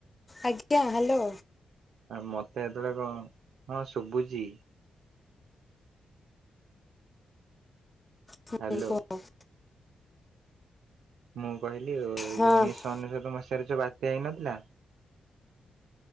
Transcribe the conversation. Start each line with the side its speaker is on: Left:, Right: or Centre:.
Left: ଆଜ୍ଞା ହ୍ୟାଲୋ।
Right: ଆ ମତେ ଯେତେବେଳେ କଣ, ହଁ ଶୁଭୁଚି।
Left: ହପ
Right: ହାଲୋ
Left: <unintelligible>
Right: ମୁଁ କହିଲି ଏଇ
Left: ହଁ
Right: ଯୋଉ ଉଣେଇ ଅନେଶତ ମସିହା ରେ ଯୋଉ ବାତ୍ୟା ହେଇନଥିଲା।